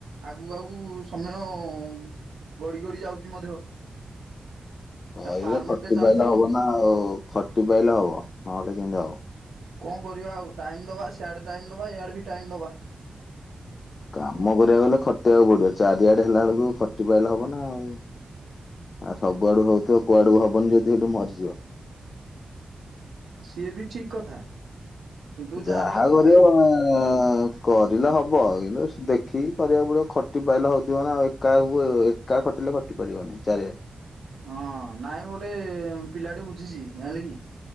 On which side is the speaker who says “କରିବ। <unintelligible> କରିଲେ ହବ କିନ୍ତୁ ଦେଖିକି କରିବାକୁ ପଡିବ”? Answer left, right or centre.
Left